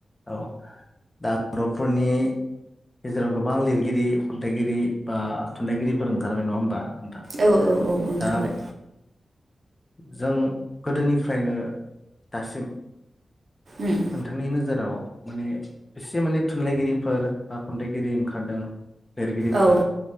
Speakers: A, on the left; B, on the right.
A: औ दा बर'फोरनि गेजेराव गोबां लिरगिरि खन्थाइगिरि बा थुनलाइगिरिफोर ओंखारबाय नङा होमबा नोंथां
B: औ औ औ ओंखारबाय
A: दा जों गोदोनिफ्रायनो दासिम
B: उम
A: नोंथांनि नोजोराव माने एसे माने थुनलाइगिरिफोर बा खन्थाइगिरि ओंखारदों लिरगिरिफोर
B: औ